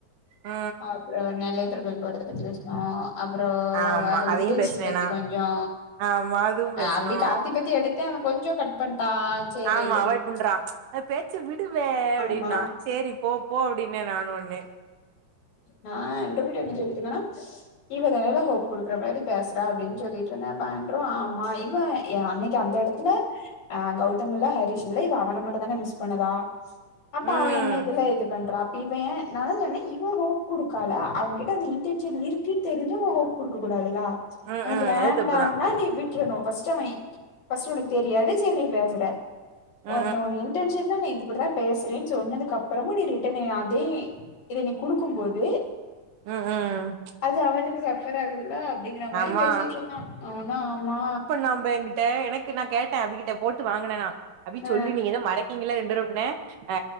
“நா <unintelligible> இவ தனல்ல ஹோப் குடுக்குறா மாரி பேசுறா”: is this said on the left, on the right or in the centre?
Left